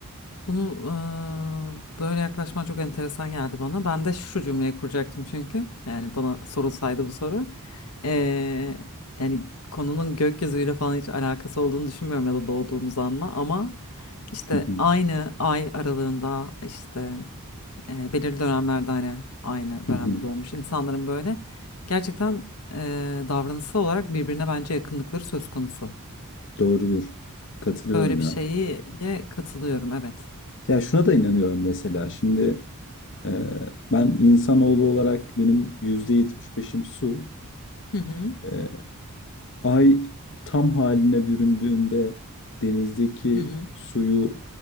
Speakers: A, on the left; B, on the left.
A: Bunu eee, böyle yaklaşman çok enteresan geldi bana. Ben de şu cümleyi kuracaktım çünkü. Yani bana sorulsaydı bu soru. Eee, yani konunun gökyüzüyle falan hiç alakası olduğunu düşünmüyorum ya da doğduğumuz anla. Ama işte
B: Hmm.
A: aynı ay aralığında işte eee, belirli dönemlerde hani aynı
B: <laughs>
A: dönemde doğmuş insanların böyle gerçekten eee davranışsal olarak birbirine bence yakınlıkları söz konusu.
B: Doğrudur. Katılıyorum
A: Böyle bir
B: ya.
A: şeye katılıyorum evet.
B: Ya şuna da inanıyorum mesela. Şimdi e, ben insanoğlu olarak benim yüzde yetmiş beşim su.
A: Hı hı
B: E, ay tam haline büründüğünde denizdeki
A: hı hı.
B: suyu